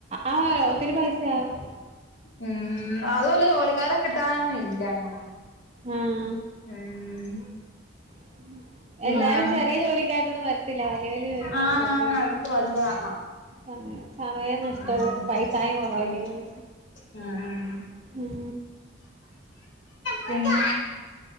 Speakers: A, on the right; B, on the left.
A: ആഹ് ഒത്തിരി പൈസയാവും
B: ഉം അതുവല്ല ജോലിക്കാരെ കിട്ടാനൊന്നും ഇല്ല അങ്ങനെ-
A: ആഹ്
B: ഉം
A: <inaudible>
B: പിന്നെ
A: എല്ലാരും ചെറിയ ജോലിക്കായിട്ടൊന്നും വരത്തില്ല വല്ല്യെ വല്ല്യെ ജോലിക്കങ്ങ്
B: ആന്നാന്ന്
A: പോത്തേ ഉള്ളൂ
B: അവർക്ക് വല്യ കണ്ണാ
A: സമയ സമയം നഷ്ടവും
B: ഉം
A: പൈസായും കൊറവല്യോന്ന്
B: ഉം ഉം
A: ഉം
B: പിന്നെ